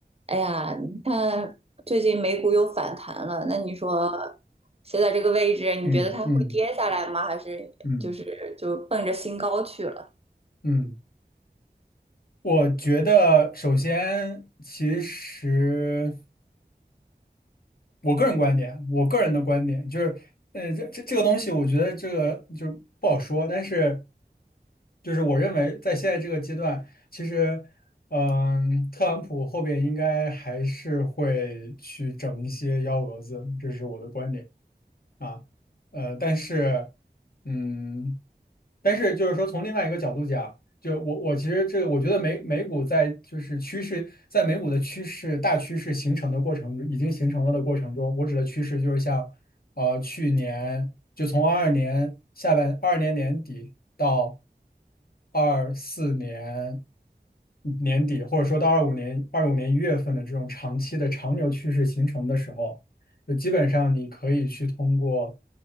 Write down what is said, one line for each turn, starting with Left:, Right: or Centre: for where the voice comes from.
Right: 哎呀，你看最近美股又反弹了，那你说现在这个位置，你觉得它会跌下来吗？
Left: 嗯嗯
Right: 还是就是就奔着新高去了？
Left: 嗯嗯，我觉得首先，其实我个人观点，我个人的观点就是，呃，这这这个东西，我觉得这个就不好说，但是就是我认为在现在这个阶段，其实，嗯，特朗普后边应该还是会去整一些幺蛾子，这是我的观点啊，呃，但是。嗯，但是就是说，从另外一个角度讲，就我我其实这个，我觉得美美股在就是趋势，在美股的趋势大趋势形成的过程，已经形成了的过程中，我指的趋势就是像呃去年就从二二年下半二二年年底到二四年年底，或者说到二五年二五年一月份的这种长期的长牛趋势形成的时候。就基本上你可以去通过